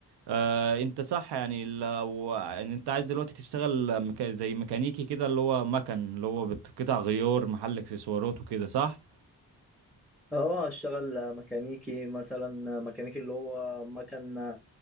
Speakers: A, on the right (about 80°); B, in the centre.
A: آه انت صح يعني لو يعني انت عايز دلوقتي تشتغل ميكا- زي ميكانيكي كده اللي هو مكن اللي هو بت- قطع غيار محل اكسسوارات وكده صح
B: اه اشتغل ميكانيكي مثلا ميكانيكي اللي هو مكنة